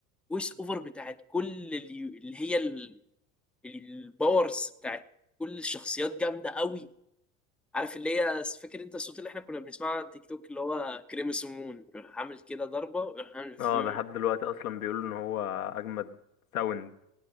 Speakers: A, in the centre; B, on the left.
A: فويس اوفر بتاعت كل اللي اللي هي ال- الباورز بتاعت كل الشخصيات جامده قوي عارف اللي هي فاكر انت الصوت اللي احنا كنا بنسمعه على تيك توك اللي هو كريمسمون راح عامل كده ضربه وراح عامل فم.
B: اه ده لحد دلوقتي اصلا بيقولوا ان هو اجمد ساوند